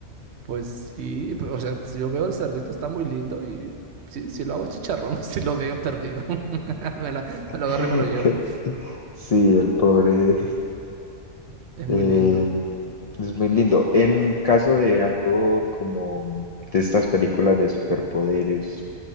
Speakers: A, on the right (about 70°); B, on the left (about 65°).
A: pues sí, p- o sea, yo veo el cerdito, está muy lindo y sí, sí lo hago chicharrón, <laughs> si lo veo perdido. <laughs> Me lo, me lo
B: <laughs>
A: agarro y me lo llevo.
B: Sí, el pobre
A: Es
B: eh,
A: muy lindo.
B: es muy lindo. En caso de algo como de estas películas de superpoderes